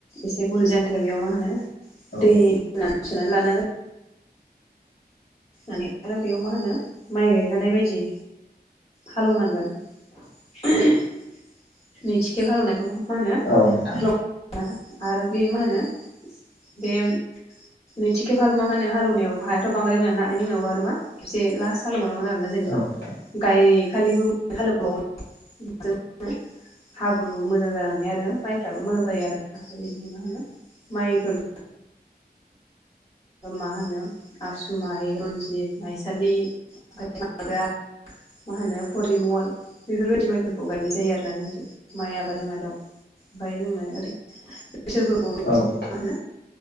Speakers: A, on the left (about 40°); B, on the left (about 85°).
A: एसे गुरै जनि थाखाय बेयाव मा होनो
B: औ
A: दै सोनानै लानांगोन माने आरो बेयाव मा होनो माइ गायजानाय बायदि हालेव नांगोन <inaudible> नैथि खेब हालौनायखौ मा
B: औ नोंथां
A: होनो आरो बे मा होनो बे नैथि खेब हालुवा होनो हालौनायाव हायाथ' बांद्राय मोना ना आनि उनावबो आरो मा खेबसे लास्ट हालौवबावनांगोन आरो ना जेनेबा
B: औ नोंथां
A: गायखालिबो हालौबावनांगोनना जेनबा <unintelligible> हाब्रु मोजां जानानै आरो माइफ्राबो मोजां जायो आरोना बेबायदिनो मा होनो माइखौ <unintelligible> मा होनो आसु माइ रन्जित माइसालि ओमफ्राय माइब्रा मा होनो परिमल बेफोरबायदि माइफोरखौ गायनाय जायो आरोना जोंथिं माइ आबादनि मादाव ओमफ्राय जोंना ओरै बैसोरफोरखौ मा
B: औ नोंथां
A: होनो